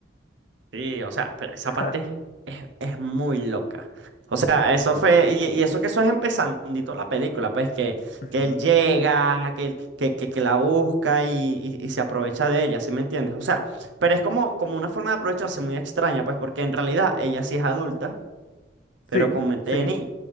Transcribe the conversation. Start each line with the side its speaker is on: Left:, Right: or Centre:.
Right: Sí, o sea, pero esa
Left: <laughs>
Right: parte es, es muy loca. O sea,
Left: Mucho.
Right: eso fue, y, y eso que eso es empezandito la película, pues que,
Left: Ujú.
Right: que él llega, que, él- que, que, que la busca y, y, y se aprovecha de ella, ¿sí me entiendes? O sea, pero es como, como una forma de aprovecharse muy extraña, pues porque en realidad ella sí es adulta, pero
Left: Sí,
Right: con mente
Left: sí,
Right: de niña.